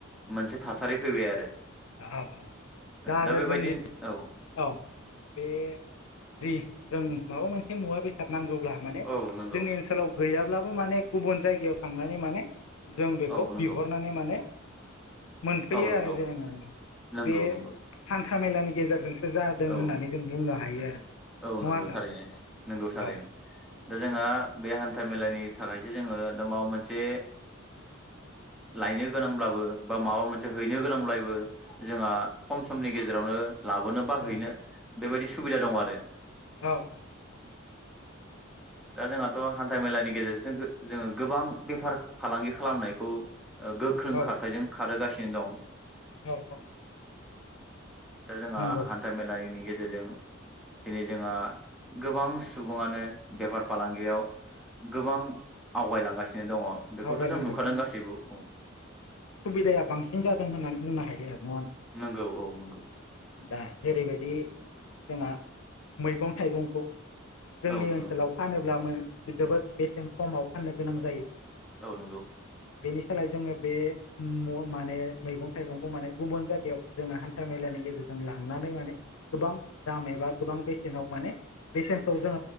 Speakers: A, in the centre; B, on the left.
A: मोनसे थासारि फैबाय आरो
B: औ औ आरो
A: दा बेबायदिनो
B: जोंनि
A: औ
B: औ बे जि जों माबा मोनसे मुवा बेसाद नांगौ। ब्ला माने
A: औ नंगौ
B: जोंनि ओनसोलाव गैयाब्लाबो माने गुबुन जायगायाव थांनानै माने जों बेखौ
A: औ नंगौ
B: बिहरनानै माने मोनफैयो
A: औ नंगौ
B: आरो जो
A: नंगौ
B: बे
A: नंगौ
B: हान्था मेलानि गेजेरजों जादों
A: औ
B: होननानै जों बुंनो हायो आरो
A: औ
B: नङा
A: नंगौ थारैनो
B: होनब्ला
A: नंगौ थारैनो
B: औ
A: दा जोंहा बे हान्था मेलानि थाखायसो जोङो दा माबा मोनसे लायनो गोनांब्लाबो बा माबा मोनसे हैनो गोनांब्लाबो जोंहा खम समनि गेजेरावनो लाबोनो बा हैनो
B: औ
A: बेबायदि सुबिदा दं आरो
B: औ औ
A: दा जोंहाथ' हान्था मेलानि गेजेरजों जोङो गोबां बेफार फालांगि खालामनायखौ गोख्रों
B: औ
A: खारथायजों खारहोगासिनो दं।
B: औ औ।
A: दा जोंहा
B: नंगौ
A: हान्था मेलानि गेजेराव गेजेरजों दिनै जोंहा गोबां सुबुङानो बेफार फालांगियाव गोबां आवगायलांगासिनो दंङ बेखौथ'
B: आवगायलांगासिनो
A: जों नुखादों गासिबो औ
B: सुबिदाया बांसिन जादों होननानै बुंनो हायो आरो ना होन
A: नंगौ औ नंगौ
B: दा जेरैबायदि जोंहा मैगं थाइगंखौ जोंनि
A: औ नंगौ
B: ओनसोलाव फानोब्ला जोबोद बेसेन खमाव फाननो गोनां जायो
A: औ नंगौ।
B: बेनि सोलाय जोङो बे माने मैगं थाइगंखौ माने गुबुन जायगायाव जोङो हान्था मेलानि गेजेरजों लांनानै माने गोबां दाम एबा गोबां बेसेनाव माने बेसेन जो